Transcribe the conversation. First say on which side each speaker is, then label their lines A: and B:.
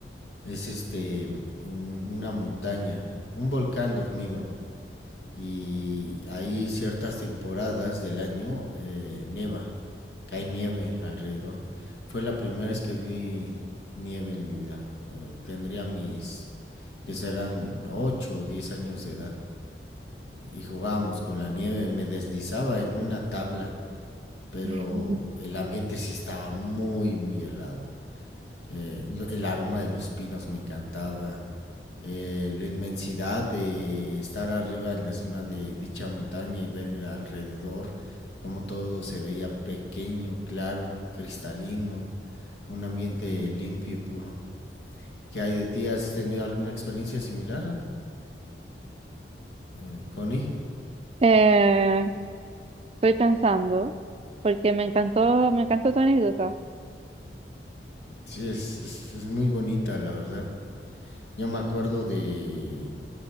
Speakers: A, on the left; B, on the right.
A: es este un- una montaña, un volcán dormido y hay ciertas temporadas del año eh, neva, cae nieve alrededor. Fue la primera vez que vi nieve en mi vida. Eh, tendría mis que serán 8 o 10 años de edad y jugábamos con la nieve, me deslizaba en una tabla, pero
B: <laughs>
A: el ambiente sí estaba muy muy helado eh, lo- el aroma de los pinos me encantaba, eh, la inmensidad de estar arriba en la cima de dicha montaña y ver alrededor cómo todo se veía pequeño, claro, cristalino, un ambiente limpio y puro. ¿Qué hay de ti? ¿Has tenido alguna experiencia similar, eh, Connie?
B: Eh, estoy pensando, porque me encantó, me encantó tu anécdota.
A: Sí, es, es- es muy bonita, la verdad. Yo me acuerdo de,